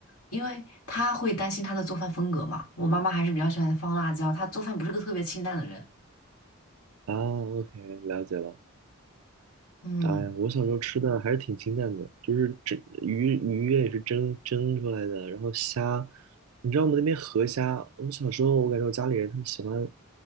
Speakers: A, on the left (about 75°); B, on the right (about 80°).
A: 因为她会担心她的做饭风格嘛。我妈妈还是比较喜欢放辣椒，她做饭不是个特别清淡的人。
B: 啊，OK，了解了。
A: 嗯，
B: 哎呀，我小时候吃的还是挺清淡的，就是蒸鱼鱼也是蒸蒸出来的，然后虾，你知道我们那边河虾，我们小时候我感觉我家里人他们喜欢，